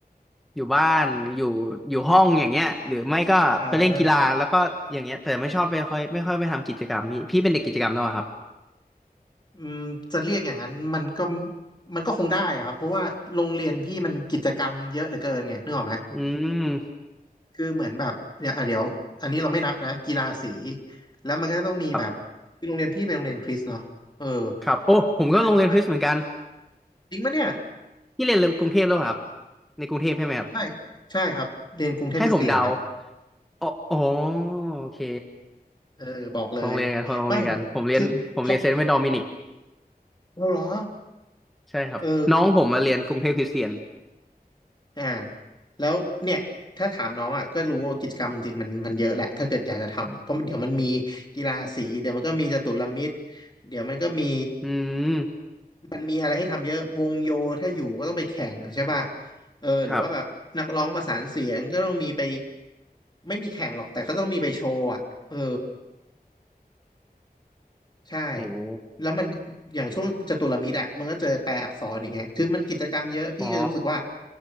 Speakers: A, in the centre; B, on the left.
A: อยู่บ้านอยู่อยู่ห้องอย่างเงี้ยหรือไม่ก็ไปเล่นกีฬาแล้วก็อย่างเงี้ยแต่ไม่ชอบไปค่อยไม่ค่อยไปทำกิจกรรมพี่พี่เป็นเด็กกิจกรรมแล้วเหรอครับ
B: อ่าอืมจะเรียกอย่างนั้นมันก็มันก็คงได้อะครับเพราะว่าโรงเรียนพี่มันกิจกรรมเยอะเหลือเกินไงนึกออกไหม
A: อืม
B: คือเหมือนแบบเดี๋ยวอ่ะเดี๋ยวอันนี้เราไม่นับนะกีฬาสีแล้วมันก็จะต้องมีแบบคือโรงเรียนพี่เป็นโรงเรียนคริสต์เนาะเออ
A: ครับครับโอ้ผมก็โรงเรียนคริสต์เหมือนกัน
B: มันก็จะมีแบบจริงปะเนี่ย
A: พี่เรียนกรุงเทพแล้วเหรอครับในกรุงเทพใช่ไหมครับ
B: ใช่ใช่ครับเรียนกรุงเทพคริสเตียนครับ
A: ให้ผมเดาอ๋ออ๋อโอเค
B: เออบอกเลย
A: โรงเรียนกันคนโรงเรียนกันผมเรียนผมเรียนเซนต์ไม่ดอมินิก
B: ไม่คือเพราะเราเหรอ
A: ใช่ครับน้องผมมาเรียนกรุงเทพคริสเตียน
B: เออ อ่าแล้วเนี่ยถ้าถามน้องอ่ะก็รู้ว่ากิจกรรมจริงๆมันมันเยอะแหละถ้าเกิดอยากจะทำเพราะมันเดี๋ยวมันมีกีฬาสีเดี๋ยวมันก็มีจตุรมิตรเดี๋ยวมันก็มี
A: อืม
B: มันมีอะไรให้ทำเยอะวงโยถ้าอยู่ก็ต้องไปแข่งใช่ป่ะเออหรือว่าแบบนักร้องประสานเสียงก็ต้องมีไป
A: ครับ
B: ไม่มีแข่งหรอกแต่ก็ต้องมีไปโชว์อ่ะเออ ใช่
A: โอ้โห
B: แล้วมันอย่างช่วงจตุรมิตรอ่ะมันก็เจอแปลอักษรอย่างเงี้ยคือมันกิจกรรมเยอะพี่ก็จะรู้สึกว่า
A: อ๋อ